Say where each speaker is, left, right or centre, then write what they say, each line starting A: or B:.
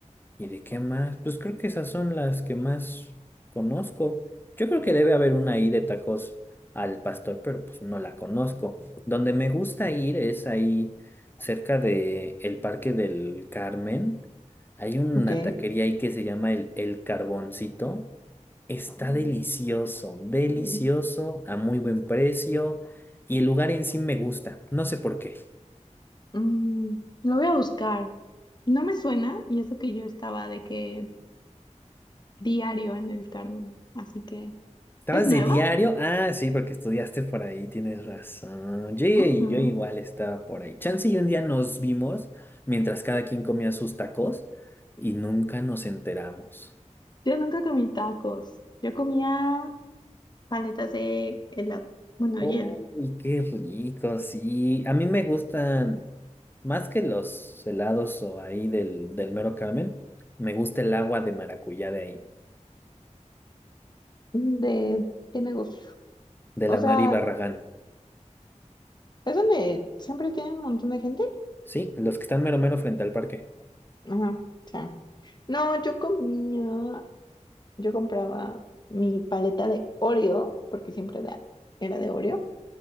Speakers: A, on the left; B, on the left.
A: ¿Y de qué más? Pues creo que esas son las que más conozco. Yo creo que debe haber una ahí de tacos al pastor, pero pues no la conozco. Donde me gusta ir es ahí cerca de el Parque del Carmen. Hay una
B: ok.
A: taquería ahí que se llama el, el Carboncito. Está
B: Mm.
A: delicioso, delicioso,
B: Mm,
A: a muy buen precio. Y el lugar en sí me gusta. No sé por qué.
B: Mm, lo voy a buscar. No me suena, y eso que yo estaba de que diario en el Carmen. Así que,
A: ¿Estabas
B: ¿es nueva?
A: de diario? Ah, sí, porque estudiaste por ahí, tienes razón. Yo, y-
B: Ujú.
A: yo igual estaba por ahí. Chance y un día nos vimos mientras cada quien comía sus tacos y nunca nos enteramos.
B: Yo nunca comí tacos. Yo comía paletas de helado, bueno,
A: Uy,
B: hielo.
A: qué rico, sí. A mí me gustan más que los helados o ahí del, del mero Carmen, me gusta el agua de maracuyá de ahí,
B: ¿De qué negocio?
A: de
B: O
A: la
B: sea,
A: Mari Barragán.
B: es donde siempre tiene un montón de gente.
A: Sí, los que están mero mero frente al parque.
B: Ajá, o sea. No, yo comía. Yo compraba mi paleta de Oreo, porque siempre la- era de Oreo,